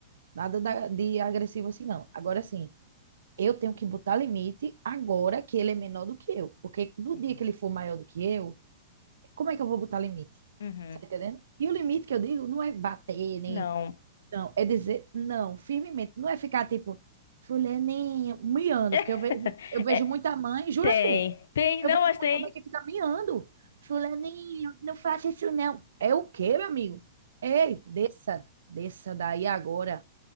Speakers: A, on the right (about 85°); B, on the left (about 80°).
A: Nada da- de agressivo assim não. Agora sim, eu tenho que botar limite agora que ele é menor do que eu, porque no
B: uhum,
A: dia que ele for maior do que eu, como é que eu vou botar limite?
B: uhum.
A: Tá entendendo? E o limite que eu digo não é bater, nem.
B: Não.
A: Não, é dizer não, firmemente. Não é ficar tipo, fulaninho, miando,
B: <laughs>
A: porque eu vejo, eu vejo muita mãe, jura
B: Tem,
A: tu,
B: tem,
A: eu
B: não,
A: vejo
B: mas
A: muita
B: tem.
A: mãe que fica miando. Fulaninho, não faça isso não. É o quê, meu amigo? Ei, desça, desça daí agora.